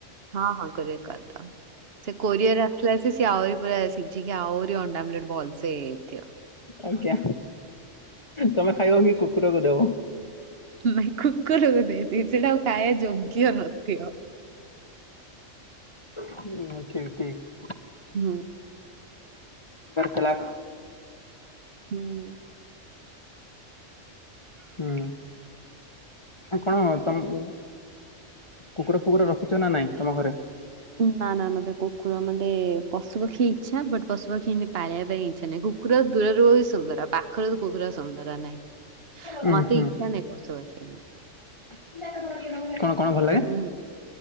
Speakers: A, on the right (about 50°); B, on the left (about 30°).
A: ହଁ ହଁ କୋରିଅର କରିଦବ। ସେ କୋରିଅର ରେ ଆସିଲା ସେ ସି ଆହୁରି ପୁରା ସିଝିକି ଆହୁରି ଅଣ୍ଡା ଆମ୍ଳେଟେ ଭଲସେ ହେଇଯାଇଥିବ
B: ଆଜ୍ଞା ତମେ ଖାଇବ କି କୁକୁରକୁ ଦବ
A: ନାଁ ଖୁ କୁକୁରକୁ ଦେଇ ଦେବି ସେଇଟା ଆଉ ଖାଇବା ଯୋଗ୍ୟ ନଥିବ।
B: ହୁଁ ଠିକ ଠିକ।
A: ହୁଁ।
B: ତଲାଖ।
A: ହୁଁ।
B: ହୁଁ। କଣ ତମ କୁକୁର ଫୁକୁର ରଖିଛ ନା ନାଇଁ ତମ ଘରେ
A: ନା ନା ମତେ କୁକୁର ମତେ ପଶୁ ପକ୍ଷୀ ଇଛା ବଟ ପଶୁ ଏମିତି ପାଳିବା ପାଇଁ ଇଚ୍ଛା ନାହିଁ କୁକୁର ଦୂରରୁ ବି ସୁନ୍ଦର ପାଖରେ ତ କୁକୁର ସୁନ୍ଦର ନାହିଁ।
B: ହୁଁ
A: ମ ତ
B: ହୁଁ।
A: ଇଚ୍ଛା ନାହିଁ ପଶୁ ପକ୍ଷୀ।
B: <inaudible> କଣ ଭଲ ଲାଗେ
A: ଆ <inaudible>